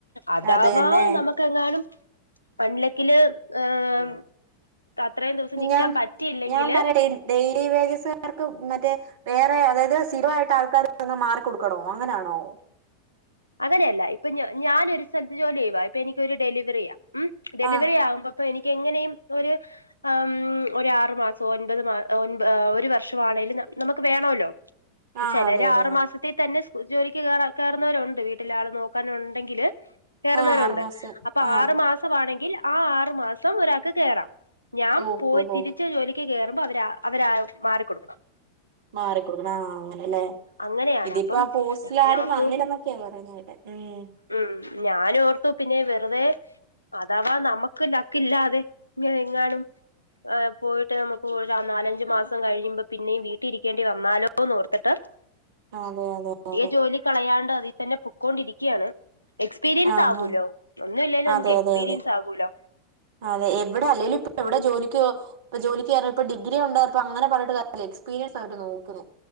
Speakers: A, on the left (about 85°); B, on the right (about 50°).
A: അതാവാ
B: അത് തന്നെ
A: നമുക്കെങ്ങാനും പണ്ടിലക്കില് ഏഹ് അത്രയും ദിവസം നിക്കാൻ
B: ഞാൻ
A: പറ്റിയില്ലെങ്കില്
B: ഞാൻ പറയട്ടെ ഡെയിലി വേജസുകാർക്ക് മറ്റേ വേറെ അതായത് സ്ഥിരമായിട്ട് ആൾക്കാർ വന്ന് മാറി കൊടുക്കണോ അങ്ങനെയാണോ
A: അങ്ങനെയല്ല ഇപ്പൊ ഞാനൊരു സ്ഥലത്ത് ജോലി ചെയ്യവാ ഇപ്പൊ എനിക്കൊരു ഡെലിവെറിയാ മം ഡെലിവറി
B: ആഹ്
A: ആവുമ്പോ അപ്പൊ എനിക്ക് എങ്ങനെയും ഒരു ആം ഒരു ആറു മാസൊ ഒൻപത് മാ ഒ ഒരു വർഷമാണെലും നമുക്ക് വേണല്ലോ
B: ആഹ്
A: ചിലര്
B: അതെ അതെ
A: ആറു മാസത്തി തന്നെ ജോലിക്ക് കയറുന്നവരുണ്ട് വീട്ടില ആൾ നോക്കാനുണ്ടെങ്കിൽ കയറുന്നാനുണ്ട്
B: ആഹ് ആറു മാസം
A: അപ്പൊ
B: ആഹ്
A: ആറ് മാസംമാണെങ്കിൽ ആഹ് ആറു മാസം ഒരാൾക്ക് കേറാം ഞാൻ
B: ഓഹ്
A: പോയി
B: ഓഹോ
A: തിരിച് ജോലി ക്ക് കേയറുമ്പോ അവരാ അവര് മാറികൊടുക്കണം
B: മാറിക്കൊടുക്കണം ആ അങ്ങനെയല്ലേ
A: അങ്ങനെയാണ്
B: ഇതിപ്പോ
A: അപ്പം
B: അ പോസ്റ്റില
A: ഞാനോർത്തു
B: ആരും വന്നില്ല ക്ക പറയ്ന്ന കേട്ടെ മം
A: ഉം ഞാനോഓർത്തു പിന്നെ വെറുതെ അതാവാ നമുക്ക് ലക്ക് ഇല്ലാതെ ഇനി എങ്ങാനും ആഹ് പോയിട്ട് നമുക്ക് നാലഞ്ചു മാസം കഴിയുമ്പോ പിന്നെയും വീട്ടില് ഇരിക്കേണ്ടി വന്നാലോന്ന് ഓർത്തിട്ട്
B: അതെ അതെ
A: കിട്ടിയ
B: അതെ
A: ജോലി കളയാണ്ട് അതിൽ തന്നെ പൊക്കൊണ്ടിരിക്കയാണ് എക്സ്പീരിയൻസ്
B: ആഹ്
A: ആകൂല്ലോ
B: ആഹ്
A: ഒന്നും ഇല്ലേലും നമുക്ക്
B: അതെ
A: എക്സ്പീരിയൻസ്
B: അതെ അതെ
A: ആകുല്ലോ
B: അതെ എവിടെ അല്ലേലും ഇപ്പ എവിടെ ജോലിക്ക് ഇപ്പ ജോലിക്ക്യറ ഇപ്പ ഡിഗ്രി ഉണ്ട് അങ്ങെനെ പറഞ്ഞട്ട് കാര് <unintelligible> എക്പീരിയൻസ് അവര് നോക്കുന്നേ